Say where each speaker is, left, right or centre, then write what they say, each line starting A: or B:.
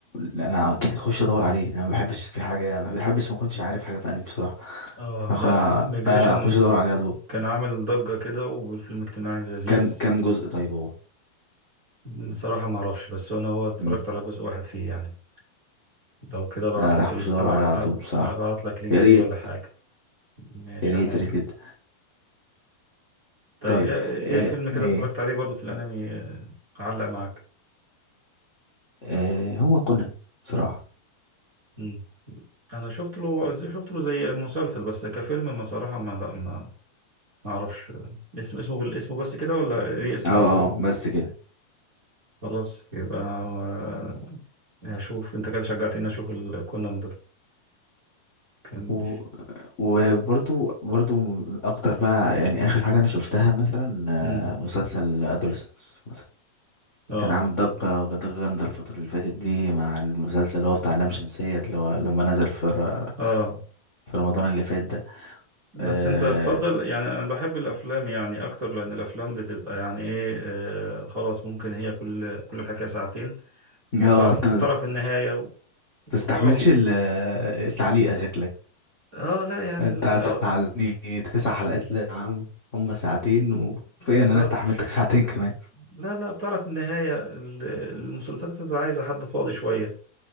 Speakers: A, on the left (about 25°); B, on the right (about 25°).
A: لا، انا اكيد اخش ادور عليه انا ما بحبش في حاجه ما بحبش ما اكونش عارف حاجه في انمي بصراحه
B: اه
A: أخ...
B: لا
A: لا
B: ميجريشن
A: لا اخش ادور عليه على طول
B: كان عامل ضجة كده والفيلم اجتماعي لذيذ
A: كم كم جزء طيب هو
B: بصراحة ما اعرفش بس انا هو اتفرجت
A: مم.
B: على جزء واحد فيه يعني لو كده ابعت
A: لا
B: لك
A: لا اخش
B: ال...
A: ادور عليه على طول بصراحه
B: ابعت لك لينك
A: يا ريت
B: ليه ولا حاجة ماشي
A: يا ريت
B: عينيا
A: يا ريت جدا
B: طيب
A: طيب
B: ايه
A: آه
B: ايه فيلم كده
A: ايه
B: اتفرجت عليه برضو في الانمي آه، علق معاك
A: آه هو كونان بصراحه
B: مم. انا شفت له زي- شفت له زي مسلسل بس كفيلم ما صراحة ما لا ما ما اعرفش اسمه اسمه بالاسم بس كده ولا ليه اسم
A: اه
B: اطول
A: اه بس كده
B: خلاص يبقى آه، هشوف انت كده شجعتني اشوف الكونان ده كان
A: و... وبرضو برضو اكتر بقى يعني اخر حاجه انا شفتها مثلا
B: مم.
A: آه، مسلسل ادولسنس
B: اه
A: كان عامل ضجة ضجة جامدة الفترة اللي فاتت دي مع المسلسل اللي هو بتاع لام شمسية اللي هو لما نزل في ر-
B: اه
A: في رمضان اللي فات ده
B: بس
A: اه
B: انت تفضل يعني انا بحب الافلام يعني اكتر لان الافلام بتبقى يعني ايه آه خلاص ممكن هي كل كل الحكايه ساعتين وتعرف
A: آه، انت
B: وتعرف النهايه و- وخلاص
A: تستحملش ال- التعليقة شكلك
B: اه لا يعني
A: انت
B: ال-
A: هتعلقني
B: أو-
A: تسع حلقات لا يا عم هما ساعتين وفي
B: بالظبط
A: ان انا استحملتك ساعتين كمان
B: لا لا بتعرف النهايه ال- المسلسلات بتبقى عايزه حد فاضي شويه